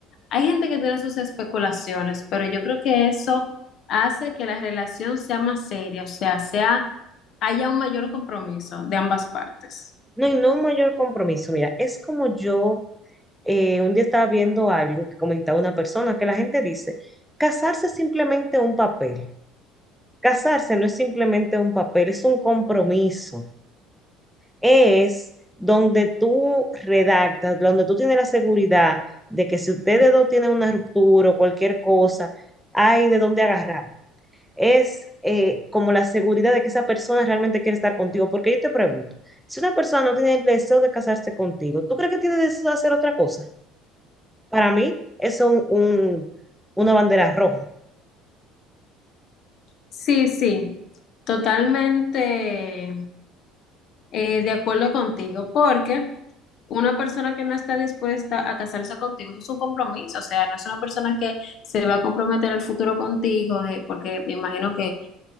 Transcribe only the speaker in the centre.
No, y no un mayor compromiso. Mira, es como yo eh, un día estaba viendo algo que comentaba una persona, que la gente dice, casarse es simplemente un papel. Casarse no es simplemente un papel, es un compromiso. es donde tú redactas, donde tú tienes la seguridad de que si ustedes dos tienen una ruptura o cualquier cosa, hay de dónde agarrar. Es eh, como la seguridad de que esa persona realmente quiere estar contigo. Porque yo te pregunto, si una persona no tiene el deseo de casarse contigo, ¿tú crees que tiene deseo de hacer otra cosa? Para mí, eso es un- un- una bandera roja.